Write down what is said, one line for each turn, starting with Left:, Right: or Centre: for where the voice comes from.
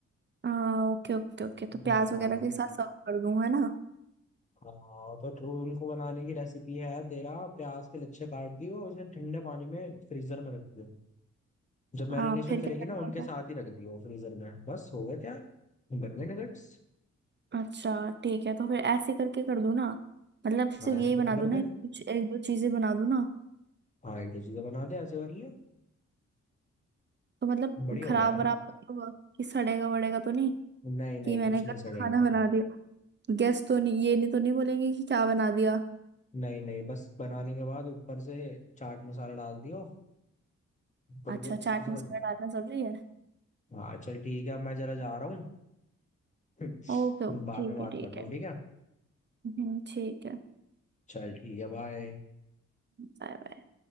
Right: आ, ओके ओके ओके तो प्याज
Left: हाँ
Right: वगैरह के साथ सर्व कर दूं है ना
Left: हाँ तो तो उनको बनाने की रेसिपी है तेरा प्याज के लच्छे काट दियो और उसे ठंडे पानी में फ्रीजर में रख दियो जब मैरिनेशन
Right: आ, फिर
Left: करेगी
Right: क्या करना
Left: ना उनके
Right: होता
Left: साथ ही रख दियो फ्रीजर में बस हो गए क्या बन गए नगेट्स
Right: है अच्छा ठीक है तो फिर ऐसे करके कर दूं ना मतलब सिर्फ
Left: हाँ ऐसे
Right: यही
Left: करके
Right: बना दूं
Left: कर
Right: ना
Left: दे
Right: कुछ एक दो चीजें बना दूं ना
Left: हाँ एक दो चीजें बना दे ऐसे कर ले
Right: तो मतलब
Left: बढ़िया
Right: खराब
Left: हो जाएगा
Right: वराब तो नहीं होगा कि सड़ेगा वड़ेगा तो नहीं
Left: नहीं नहीं
Right: कि मैंने
Left: कुछ
Right: गलत
Left: नहीं सड़ेगा
Right: खाना बना दिया गेस्ट तो नहीं ये नहीं तो नहीं बोलेंगे कि क्या बना दिया
Left: नहीं नहीं बस बनाने के बाद ऊपर से चाट मसाला डाल दियो बढ़िया
Right: अच्छा
Left: तरीके
Right: चाट
Left: से
Right: मसाला
Left: बन
Right: डालना जरूरी है
Left: हाँ चल ठीक है अब मैं जरा जा रहा हूँ <laughs>
Right: ओके ओके
Left: बाद
Right: ठीक
Left: में बात
Right: है ठीक
Left: करता
Right: है
Left: हूँ ठीक है
Right: हम्म, ठीक है
Left: चल ठीक है बाय
Right: Bye bye